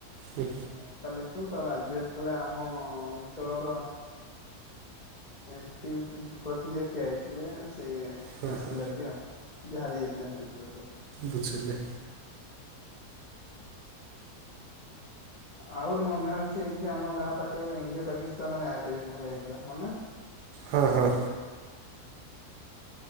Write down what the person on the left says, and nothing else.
ଆଉ କାଲି ଆସିଥିଲେ ତାପରେ ଆଜି ଆସିଥିଲେ ଆମ ଅଞ୍ଚଳର। ଏମ୍ ପି ପ ପ୍ରତି ଯେ ଠିଆ ହେଇଥିଲେ ସେ
ଆସିଥିଲେ
ଆଜି ଆଉ। ଯାହାବି ହେଇଥିଲା <unintelligible>
ଆଉ ଗୋଟେ ମନେ ଅଛି ଏଇଠି ଆମ ଗାଁ ପାଖେରେ ଇଣ୍ଡିଆ ପାକିସ୍ତାନ ମ୍ୟାଚ ଏଇଭଳିଆ଼ହେଇଥିଲା ମନେ ଅଛି।